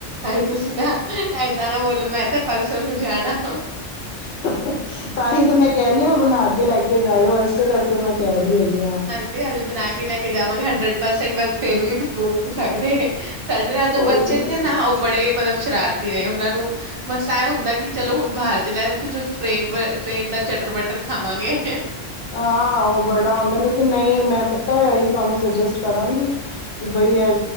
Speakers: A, on the right; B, on the left.
A: ਹਏ ਤੁਸੀਂ ਤਾਂ ਏਦਾਂ ਨਾ ਬੋਲੋ ਮੈਂ ਤਾਂ ਪਰਸੋਂ ਨੂੰ ਜਾਣਾ। <inaudible>
B: <inaudible> ਤਾਂਹੀ ਤੇ ਮੈਂ ਕਹਿ ਰਹੀ ਹਾਂ ਬਣਾ ਕੇ ਲੈ ਕੇ ਜਾਇਓ ਇਸੇ ਕਰਕੇ ਮੈਂ ਕਹਿ ਰਹੀ ਹੈਗੀ ਹਾਂ।
A: ਹਾਂਜੀ ਬਣਾ ਕੇ ਲੈ ਕੇ ਜਾਵਾਂਗੇ ਹੰਡਰਡ ਪਰਸੈਂਟ ਵਦ ਫੇਰ ਵੀ ਬੋਲ ਨੀ ਸਕਦੇ। ਸਾਡੇ ਨਾਲ ਜੋ
B: ਉਹੀ
A: ਬੱਚੇ ਤੇ ਨਾ ਉਹ ਬੜੇ ਮਤਲਬ ਸ਼ਰਾਰਤੀ ਨੇ ਉਹਨਾਂ ਨੂੰ ਮਸਾਂ ਇਹ ਹੁੰਦਾ ਕਿ ਚਲੋ ਹੁਣ ਬਾਹਰ 'ਚ ਲੈ ਟ੍ਰੇਨ -ਟ੍ਰੇਨ ਦਾ ਚਟਰ ਬਟਰ ਖਾਵਾਂਗੇ।
B: ਹਾਂ ਉਹ ਬੜਾ ਹੁੰਦਾ ਲੇਕਿਨ ਨਹੀਂ ਮੈਂ ਪਤਾ ਇਹੀ ਮੈਂ ਤੁਹਾਨੂੰ ਸੁਜੈਸਟ ਕਰਾਂਗੀ। ਕਿ ਬਈ ਇਹ